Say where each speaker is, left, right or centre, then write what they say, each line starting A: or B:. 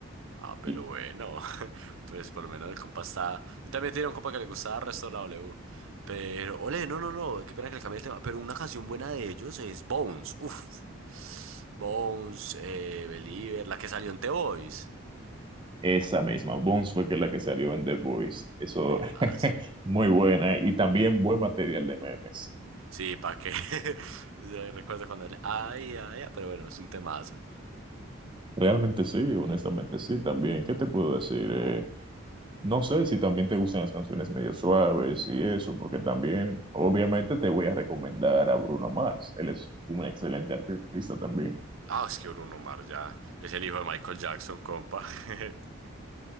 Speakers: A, on the right; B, on the right.
A: Ah, pero
B: Y
A: bueno, <laughs> pues por lo menos el compa está... Yo también tenía un compa que le gustaba el resto de la W. Pero, ole, no, no, no, qué pena que le cambié el tema, pero una canción buena de ellos es Bones, uff. Bones, eh, Believer, la que salió en The Voice.
B: Esa misma, Bones fue que es la que salió en The Voice. Eso,
A: Temas.
B: <laughs> muy buena. Y también buen material de memes.
A: Sí, ¿para qué? <laughs> Yo recuerdo cuando le... Ay, ay, ay, pero bueno, es un temazo.
B: Realmente sí, honestamente sí, también. ¿Qué te puedo decir? Eh, no sé si también te gustan las canciones medio suaves y eso, porque también, obviamente, te voy a recomendar a Bruno Mars. Él es un excelente artista también.
A: Ah, es que Bruno Mars ya es el hijo de Michael Jackson, compa. <laughs>